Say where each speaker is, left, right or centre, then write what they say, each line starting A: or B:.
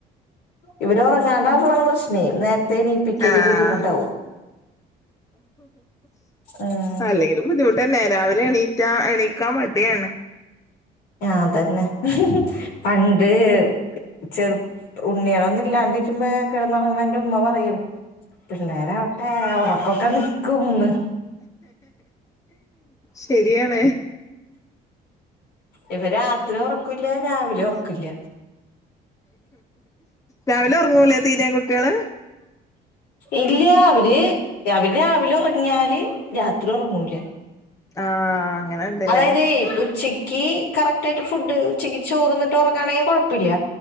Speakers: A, on the left (about 85°); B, on the left (about 20°).
A: ഇവിടെ ഉറങ്ങാണ്ടകുമ്പോഴാ പ്രശ്നേ നേരത്തെ എണീപ്പിക്കല്
B: ആഹ്
A: ബുദ്ധിമുട്ടാവും. ഉം
B: അല്ലെങ്കിലും ബുദ്ധിമുട്ട തന്നെ രാവിലെ എണീറ്റാ എണീക്കാൻ മടിയാണ്.
A: അതന്നെ പണ്ട് ചെറുപ്പ ഉണ്ണിയാണൊന്നും ഇല്ലാണ്ടിരിക്കുമ്പോ കിടന്നുറങ്ങുമ്പോ എന്റെ ഉമ്മ പറയും പിള്ളേരാവട്ടെ ഉറക്കൊക്കെ നിക്കുന്ന്.
B: ശരിയാണ്.
A: ഇപ്പ രാത്രി ഉറക്കില്ല രാവിലെ ഉറക്കില്ല.
B: രാവിലെ ഉറങ്ങൂലേ തീരേ കുട്ടികള്
A: ഇല്ല അവര് അവര് രാവിലെ ഉറങ്ങിയാല് രാത്രി ഉറങ്ങൂല.
B: ആഹ് അങ്ങനെ ഉണ്ടല്ലേ
A: അതായതെ ഉച്ചയ്ക്ക് കറക്റ്റ് ആയിട്ട് ഫുഡ് ഉച്ചക്ക് ചോർന്നിട്ട് ഉറങ്ങാണെങ്കിൽ കൊഴപ്പമില്ല.